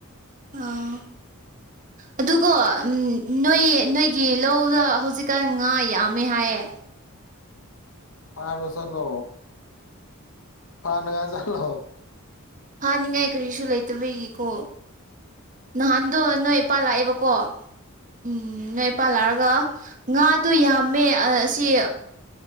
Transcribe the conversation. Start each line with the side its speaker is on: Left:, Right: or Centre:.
Right: ꯑꯣ ꯑꯗꯨꯀꯣ ꯎ ꯅꯣꯏ ꯅꯣꯏꯒꯤ ꯂꯧꯗ ꯍꯧꯖꯤꯛꯀꯥꯟ ꯉꯥ ꯌꯥꯝꯃꯦ ꯍꯥꯏꯌꯦ
Left: ꯄꯥꯔꯣ ꯆꯠꯂꯣ ꯐꯥꯅꯉꯥꯏ ꯆꯠꯂꯣ
Right: ꯐꯅꯤꯡꯉꯥꯏ ꯀꯔꯤꯁꯨ ꯂꯩꯇꯕꯒꯤꯀꯣ ꯅꯍꯥꯟꯗꯣ ꯅꯣꯏ ꯏꯄꯥ ꯂꯥꯛꯑꯦꯕꯀꯣ ꯎꯝ ꯅꯣꯏ ꯏꯄꯥꯜ ꯂꯥꯛꯑꯒ ꯉꯥꯗꯣ ꯌꯥꯝꯃꯦ ꯑꯁꯤ